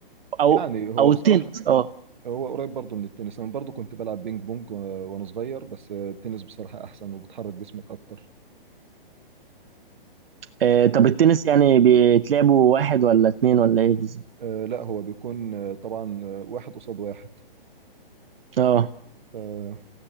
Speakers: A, on the right; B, on the right.
A: او
B: يعني هو
A: او
B: بصراحه
A: التنس اه
B: هو قريب برضه من التنس انا برضه كنت بلعب بينج بونج وانا وأنا صغير بس آه، التنس بصراحه احسن وبتحرك جسمك اكتر
A: آه، طب التنس يعني بيتلعبوا واحد ولا اتنين ولا ايه بالظبط
B: آه، لا هو بيكون آه، طبعا آه، واحد قصاد واحد
A: اه
B: ف